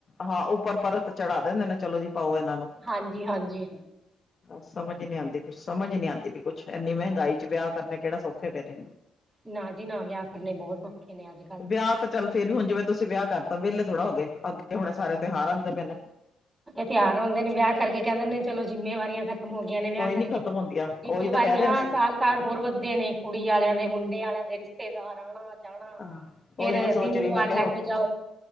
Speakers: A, on the left (about 40°); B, on the right (about 20°).
A: ਹਾਂ, ਉਪਰ ਪਰਤ ਚੜਾ ਦੇਂਦੇ ਨੇ, ਚਲੋ ਜੀ ਪਾਓ ਏਨਾਂ ਨੂੰ
B: ਹਾਂਜੀ, ਹਾਂਜੀ।
A: ਸਮਜ ਨੀ ਆਂਦੀ ਕੁਛ, ਸਮਜ ਨੀ ਆਂਦੀ ਪੀ ਕੁਛ, ਏਨੀ ਮੈਂਗਾਈ ਚ ਵੇਆ ਕਰਨੇ ਕੇੜਾ ਸੌਖੇ ਪਏ ਨੇ।
B: ਨਾ ਜੀ, ਨਾ ਵੇਆ ਕਰਨੇ ਬੋਤ ਔਖੇ ਨੇ, ਆੱਜ।
A: ਵੇਯਾ ਤਾ ਚੱਲ ਫੇਰ ਵੀ ਹੁਨ ਜਿਵੇਂ ਤੁਸੀ ਵੇਯਾ ਕਾਰਤਾ, ਵੇਲੇ ਥੋੜਾ ਹੋਗੇ, ਅੱਗੇ ਹੁਣੇ ਸਾਰੇ ਤਿਉਹਾਰ ਆਂਦੇ ਪੇ ਨੇ।
B: ਤਿਆਰ ਹੁੰਦੇ ਨੇ ਵਿਆਹ ਕਰਕੇ ਕਹਿੰਦੇ ਨੇ ਚਲੋਂ ਜਿੰਮੇਵਾਰੀਆਂ ਕਰ ਹੋ ਗਈਆਂ ਨੇ ਵਿਆਹ
A: ਕੋਈ
B: ਕਰਕੇ
A: ਨੀ ਖ਼ਤਮ ਹੁੰਦੀਆਂ
B: ਜਿੰਮੇਵਾਰੀਆਂ
A: ਉਹੀ ਤਾਂ ਕਹਿ ਰਹੇ ਹਾਂ ਅਸੀਂ
B: ਸਾਰੀ ਘਰ ਹੋਰ ਵੱਧਦੇ ਨੇ, ਕੁੜੀ ਵਾਲਿਆਂ ਦੇ, ਮੁੰਡੇ ਵਾਲਿਆਂ ਦੇ, ਰਿਸ਼ਤੇਦਾਰ ਆਣਾ ਅੱਜ ਜਾਣਾ,
A: ਹਾਂ,
B: ਫੇਰ
A: ਉਹੀ ਮੈਂ ਸੋਚ
B: ਦਿਨ ਤਿਉਹਾਰ
A: ਰਹੀ ਮੈਂ ਕਿਹਾ
B: ਲੈ ਕੇ ਜਾਓ